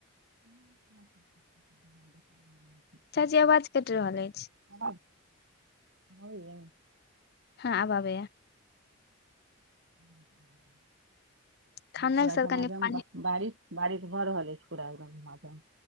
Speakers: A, on the right; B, on the left.
A: <inaudible> <inaudible>
B: चाची आवाज कटि रहल अछि
A: हि अबे य <unintelligible>
B: हँ आब आबैया
A: <inaudible> <inaudible>
B: खाना
A: पूरा
B: के साथ
A: झमाझम
B: कनि पानी
A: बारिश बारिश भऽ रहल अछि पूरा झमाझम